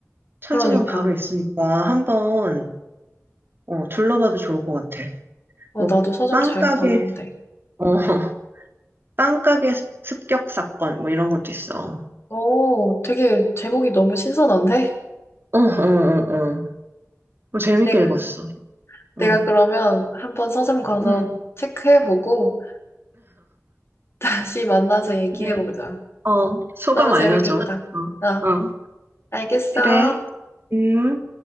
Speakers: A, on the right (about 45°); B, on the left (about 50°).
A: 찾으면
B: 그러니까.
A: 바로 있으니까 한번 어, 둘러봐도 좋을 것 같아.
B: 어,
A: 뭐
B: 나도 서점
A: 빵가게
B: 잘 가는데.
A: 어, <laughs> 빵가게 습- 습격 사건, 뭐 이런 것도 있어.
B: 어, 되게 제목이 너무 신선한데?
A: 어, 어, 어. 어. 뭐 재밌게
B: 내가,
A: 읽었어.
B: 내가
A: 응.
B: 그러면 한번 서점 가서
A: 응.
B: 체크해보고 <laughs> 다시 만나서 얘기해보자.
A: 그래. 어, 소감
B: 너무 재밌겠다.
A: 알려줘. 어,
B: 어,
A: 어.
B: 알겠어.
A: 그래. 음.